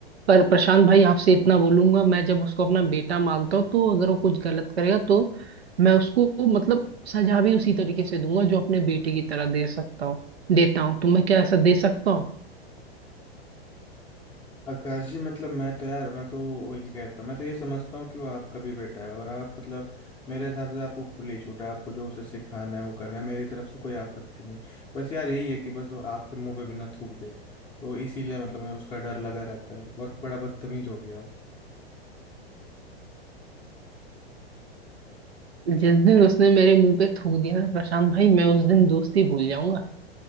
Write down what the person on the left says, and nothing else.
आकाश जी मतलब मैं तो यार मैं तो वही कहता हूँ मैं तो ये समझता हूँ कि वो आपका भी बेटा है और आप मतलब मेरे हिसाब से आपको खुली छूट है आपको जो उसे सिखाना है वो करना है मेरी तरफ से कोई आपत्ति नहीं बस यार यही है कि बस वो आपके मुंह पे भी ना थूक दे तो इसीलिए मतलब मुझे उसका डर लगा रहता है बहुत बड़ा बदतमीज हो गया हो